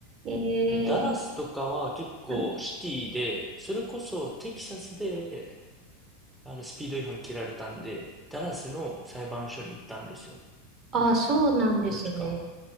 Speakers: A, on the right (about 40°); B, in the centre.
A: えー、
B: でダラスとかは結構シティで、
A: はい
B: それこそテキサスであの、スピード違反切られたんで、ダラスの裁判所に行ったんですよ。
A: ああー、そうなんですね。
B: 確か。